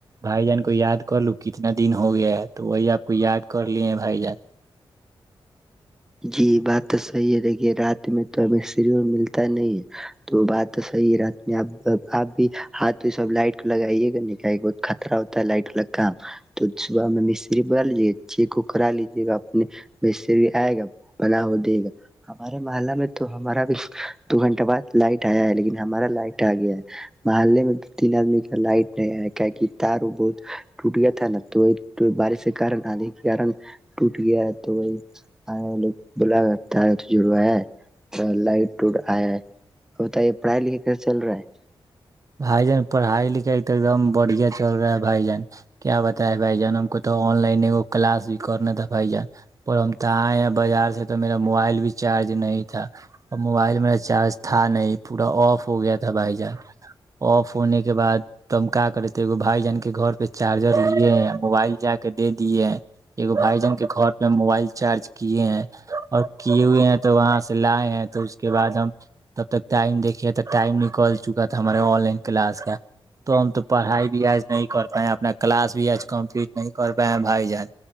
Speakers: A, on the right (about 35°); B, in the centre.
A: بھائی جان کو یاد کر لوں ک <unintelligible> کتنا دن ہو گیا ہے تو وہی آپ کو یاد کر لیے ہیں بھائی جان
B: جی بات تو صحیح ہے دیکھیے رات میں تو مستری ملتا نہیں ہے تو بات تو صحیح ہے رات میں ا آپ بھی ہاتھ سب لائٹ کو لگائیے گا ن کہ بہت خطرہ ہوتا ہے لائٹ والا کام تو صبح میں مستری ب لیجے گا چیک کو کرا لیجے گا اپنے مستری آئے گا بلا ہو دے گا ہمارے محلہ میں تو ہمارا بھی دو گھنٹہ بعد لائٹ آیا ہے لیکن ہمارا لائٹ آ گیا ہے محلے میں دو تین آدمی کا لائٹ نہیں آیا کی کہ تار وہ بہت ٹوٹ گیا تھا نا تو بارش کے ک آدھی کے کن ٹوٹ گیا ہے تو وہ <unintelligible> بلا ت تو جڑوا لائٹ ٹٹ آیا ہے اور بتائیے پڑھائی لکھے کیسے چل رہا ہے <unintelligible>
A: بھائی جان پڑھائی لکھائی ایک دم بڑھیا چل رہا ہے بھائی جان کیا بتائے بھائی جان ہم کو تو آن لائن وہ کلاس بھی کرنا تھا بھائی جان اور ہم تو آئے ہیں بازار سے تو میرا موبائل بھی چارج نہیں تھا اور موبائل میرا چارج تھا نہیں پورا آف ہو گیا تھا بھائی جان آف ہونے کے بعد تو ہم کیا کرے تھے دیکھو بھائی جان کے گھر پہ چارجر لیے ہیں ہم موبائل جا کے دے دیے ہیں ہم بھائی جان کے گھر پہ موبائل چارج کیے ہیں اور کے ہوئے ہیں تو وہاں سے لائے ہیں تو اس کے بعد ہم تب تک ٹائم دیکھے تو ٹائم نکال چکا تھا ہمارے آن لائن کلاس کا تو ہم تو پڑھائی بھی آج نہیں کر پائے اپنا کلاس بھی آج کمپلیٹ نہیں کر پائے ہیں بھائی جان